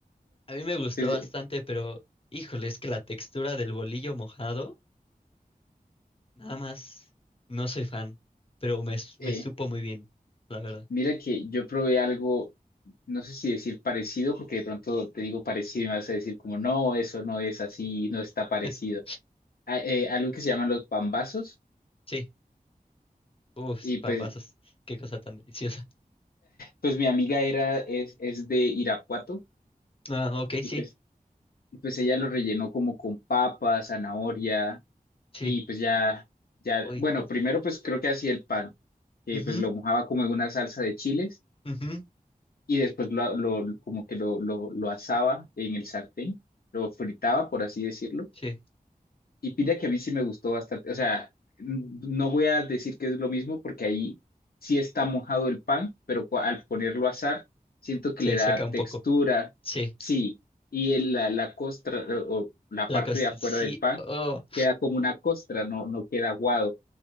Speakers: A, on the left (about 35°); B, on the left (about 85°).
A: A mí me gustó
B: Pues,
A: bastante, pero híjole, es que la textura del bolillo mojado, nada más, no soy fan, pero me, s-
B: eh,
A: me supo muy bien, la verdad.
B: mira que yo probé algo no sé si decir parecido, porque de pronto te digo parecido y me vas a decir como, no, eso no es así, no está parecido.
A: <laughs>
B: A- eh, algo que se llaman los pambazos,
A: Sí, uff,
B: y
A: pambazos,
B: pues,
A: qué cosa tan deliciosa.
B: pues mi amiga era, es, es de Irapuato,
A: Ah, ok,
B: y
A: sí,
B: pues, y pues ella lo rellenó como con papa, zanahoria,
A: sí.
B: y pues ya, ya,
A: Uy,
B: bueno,
A: Dios.
B: primero pues creo que hacía el pan, que
A: Ujú,
B: pues lo mojaba como en una salsa de chiles,
A: ujú,
B: y después lo, lo- como que lo, lo, lo asaba en el sartén, lo fritaba, por así decirlo
A: sí,
B: Y pide que a mí sí me gustó bastante. O sea, n- no voy a decir que es lo mismo porque ahí sí está mojado el pan, pero cu- al ponerlo a asar, siento que
A: se
B: le da
A: seca un
B: textura.
A: poco. Sí,
B: Sí, y el- la, la costra o la
A: la
B: parte
A: costa,
B: de afuera
A: sí,
B: del pan
A: oh,
B: queda como una costra, no, no queda aguado.